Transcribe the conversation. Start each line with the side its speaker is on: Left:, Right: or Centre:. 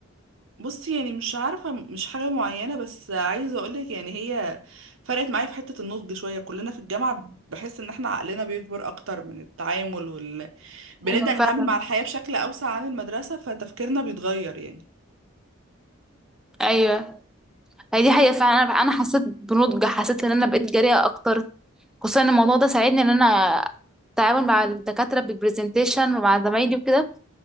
Right: بصي يعني مش عارفه مش حاجه معينه بس عايزه اقولك يعني هي فرقت معايا في حته النضج شويه كلنا في الجامعه بحس ان احنا عقلنا بيكبر اكتر من التعامل وال بنبدا
Centre: أيوة.
Right: نتعامل
Centre: فعلا
Right: مع الحياه بشكل اوسع عن المدرسه فتفكيرنا بيتغير يعني
Centre: أيوه هي دي حقيقة فعلا أنا أنا حسيت بنضج حسيت إن أنا بقيت جريئة أكتر خصوصا إن الموضوع ده ساعدني إن أنا التعامل مع الدكاترة بالبرزنتيشن ومع زمايلي وكده